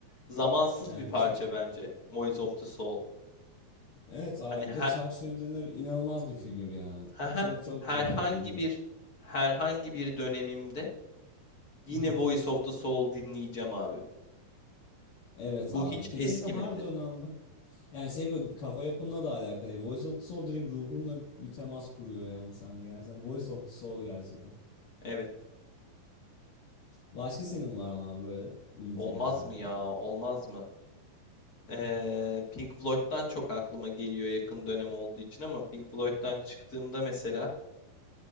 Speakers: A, on the left (about 35°); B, on the left (about 75°).
A: Zamansız
B: Yani
A: bir parça
B: çok
A: bence Voice of the Soul.
B: Evet abi
A: Hani her,
B: bir de Chuck Schuldiner inanılmaz bir figür ya.
A: haha,
B: Çok çok
A: herhangi
B: güzel bir figür.
A: bir herhangi bir dönemimde yine
B: <laughs>
A: Voice of the Soul dinleyeceğim abi.
B: Evet
A: Bu
B: abi
A: hiç
B: kesinlikle
A: eskimedi.
B: her dönemde. Yani şey böyle kafa yapınla da alakalı. değil. Voice of the Soul direkt ruhunla bir temas kuruyor yani sende gerçekten. Voice of the Soul gerçekten.
A: Evet.
B: Başka senin var mı abi böyle ilgi
A: Olmaz
B: çeken şarkılar?
A: mı ya? Olmaz mı? Ee,
B: <laughs>
A: Pink Floyd'dan çok aklıma geliyor yakın dönem olduğu için ama Pink Floyd'dan çıktığımda mesela